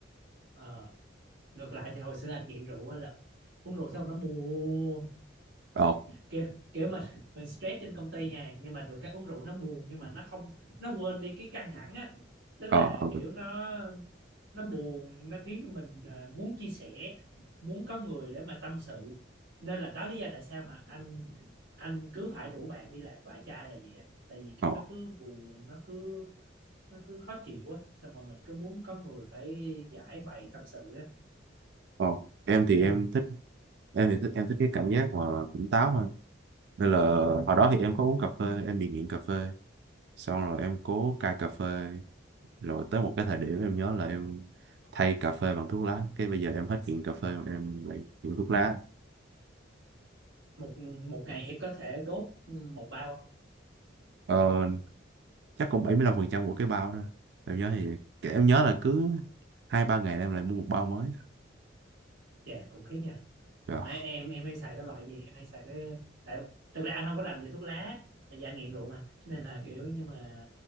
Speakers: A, on the right; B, on the right.
A: ờ ngược lại thì hồi xưa anh nghiện rượu á là uống rượu xong nó buồn
B: ờ
A: kiểu kiểu mình mình stress trên công ty nha nhưng mà được cái uống rượu nó buồn nhưng mà nó không nó quên đi cái căng thẳng á tức
B: ờ
A: là
B: ờ
A: kiểu nó nó buồn nó khiến cho mình à, muốn chia sẻ muốn có người để mà tâm sự nên là đó lý do tại sao mà anh anh cứ phải rủ bạn đi làm vài chai là vậy á tại vì kiểu
B: ờ
A: nó cứ buồn nó cứ nó cứ khó chịu á xong mà mình cứ muốn có người phải giải bày tâm sự á
B: ờ. em thì
A: đấy
B: em thích em thì thích em thích cái cảm giác mà tỉnh táo hơn nên là hồi đó thì em có uống cà phê em bị nghiện cà phê xong rồi em cố cai cà phê rồi tới một cái thời điểm em nhớ là em thay cà phê bằng thuốc lá cái bây giờ em hết nghiện cà phê em lại nghiện thuốc lá
A: một một ngày em có thể đốt một bao không
B: ờ, chắc cũng 75% của cái bao đó em nhớ thì em nhớ là cứ hai ba ngày là em lại mua một bao mới
A: chà cũng khiếp nha
B: Rồi.
A: mà em em hay xài cái loại gì em hay xài cái tại thực ra anh không có rành về thuốc lá tại vì anh nghiện rượu mà nên là kiểu nhưng mà